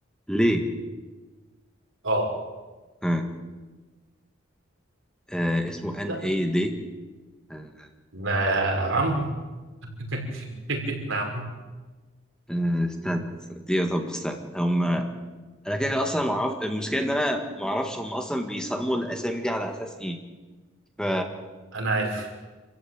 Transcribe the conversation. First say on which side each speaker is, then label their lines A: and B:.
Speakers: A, in the centre; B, on the right.
A: ليه
B: اه
A: ها آه اسمه ان
B: يلا
A: ايه ليه آه
B: نعم <laughs> نعم
A: آه، استنى استنى. دي طب استنى هم انا كده كده اصلا ما اعرف المشكله ان انا ما اعرفش هم اصلا بيسموا الاسامي دي على اساس ايه ف
B: انا عارف